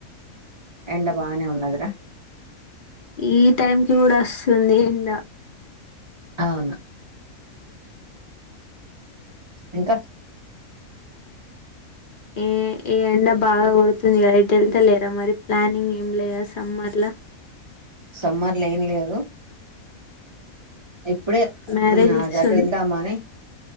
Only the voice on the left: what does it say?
ఈ టైంకిి కూడా వస్తుంది ఎండ
ఏ ఎండా బాగా కొడుతుంది కదా ఎట్టు వెళ్తా లేరా మరి ప్లానింగ్ ఏం లేదా సమ్మర్ లా
మ్యారేజ్ చేస్తుంది